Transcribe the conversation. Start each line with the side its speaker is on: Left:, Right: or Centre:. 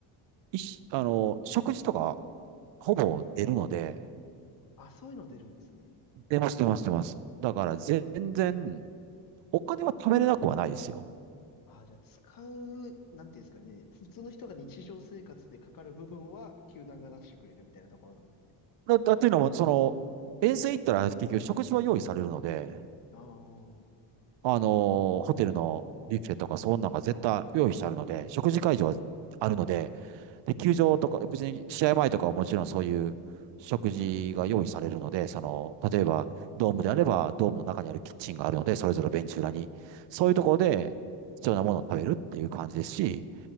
Right: いし、あの、食事とかほぼ出るので、
Left: はい。あ、そういうの出るんですね。
Right: 出ます、出ます、出ます。だから全然、お金は貯めれなくはないですよ。
Left: ああ、じゃあ、使う、なんていうんですかね。普通の人が日常生活でかかる部分は、球団が出してくれるみたいなところなんですね。
Right: だ、だっていうのも、その、遠征行ったら結局食事は用意されるので、
Left: ああ。は
Right: あのーホテルのビュッフェとかそんなんが絶対用意してあるので、食事会場はあるので、
Left: い
Right: で、球場とか、別に試合前とかはもちろんそういう食事が用意されるので、その、例えばドームであれば、ドームの中にあるキッチンがあるので、それぞれベンチ裏に、そういうところで必要なものを食べるっていう感じですし、